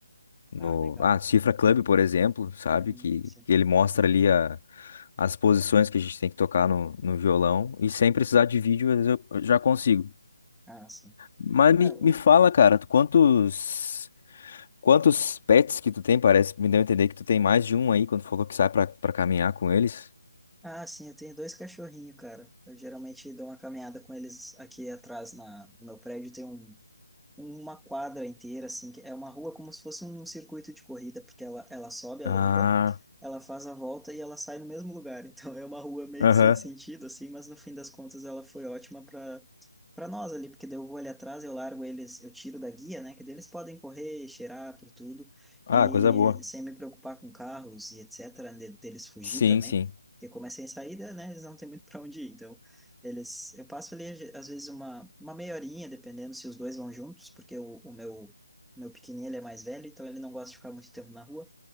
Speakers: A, on the left (about 35°); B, in the centre.
A: no...
B: Ah, legal.
A: Ah, Cifra Club, por exemplo, sabe?
B: Uhum,
A: Que,
B: sim.
A: que ele mostra ali a, as posições que a gente tem que tocar no, no violão. E sem precisar de vídeo, às vezes eu eu já consigo.
B: Ah, sim.
A: Mas me,
B: É, o-
A: me fala, cara, tu- quantos. Quantos pets que tu tem? Parece, me deu a entender que tu tem mais de um aí quando tu falou que sai pra, pra caminhar com eles.
B: Ah, sim, eu tenho dois cachorrinhos, cara. Eu geralmente dou uma caminhada com eles aqui atrás na... no meu prédio. Tem um uma quadra inteira, assim, que é uma rua como se fosse um circuito de corrida, porque ela, ela sobe a
A: Ah,
B: lomba, ela faz a volta e ela sai no mesmo lugar. <laughs> Então é uma rua meio
A: aham.
B: que sem sentido, assim, mas no fim das contas ela foi ótima para para nós ali, porque daí eu vou ali atrás, eu largo eles, eu tiro da guia, né, que daí eles podem correr, cheirar por tudo,
A: Ah,
B: e
A: coisa boa.
B: sem me preocupar com carros e etc, de- deles fugir
A: Sim,
B: também.
A: sim.
B: Porque como é sem saída, né, eles não têm muito para onde ir, então eles, eu passo ali, às vezes, uma, uma meia horinha, dependendo se os dois vão juntos, porque o, o meu, meu pequenininho, ele é mais velho, então ele não gosta de ficar muito tempo na rua.